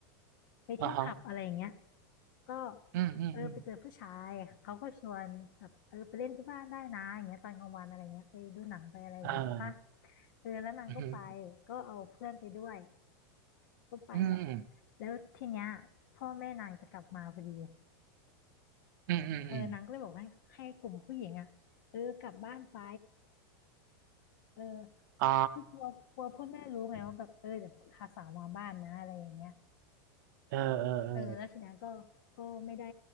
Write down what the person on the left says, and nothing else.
ไปเที่ยวผับอะไรอย่างเงี้ย
ก็
เออไปเจอผู้ชายเขาก็ชวนแบบเออไปเล่นที่บ้านได้นะอย่างเงี้ยตอนกลางวันอะไรเงี้ยไปดูหนังไปอะไรอย่างเงี้ยใช่ปะ
เออแล้วนางก็ไป
ก็เอาเพื่อนไปด้วยก็ไปแหละ
แล้วทีเนี้ยพ่อแม่นางจะกลับมาพอดี
เออนางก็เลยบอกให้ให้กลุ่มผู้หญิงอ่ะเออกลับบ้านไปเออ
คือกลัวกลัวพ่อแม่รู้ไงว่าแบบเออเดี๋ยวพาสาวมาบ้านนะอะไรอย่างเงี้ย
เออแล้วทีนั้นก็ก็ไม่ได้